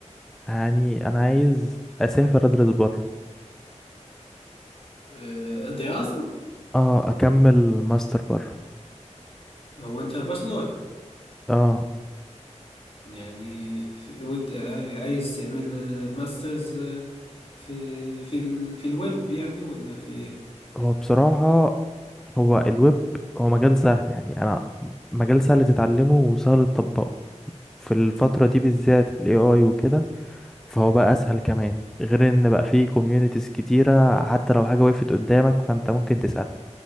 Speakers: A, in the centre; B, on the left.
A: يعني أنا عايز أسافر أدرس بره
B: آه، دراسة
A: اه أكمل ماستر بره
B: هو انت بشلور
A: اه
B: يعني في- ود عاي- عايز تعمل آه، ماسترز آه، في في ال في الويب يعني ولا في ايه
A: هو بصراحة هو الويب هو مجال سهل يعني أنا مجال سهل تتعلمه وسهل تطبقه في الفترة دي بالذات ال AI وكده فهو بقى أسهل كمان غير إن بقى فيه كوميونيتيز كتيرة حتى لو حاجة وقفت قدامك فأنت ممكن تسأل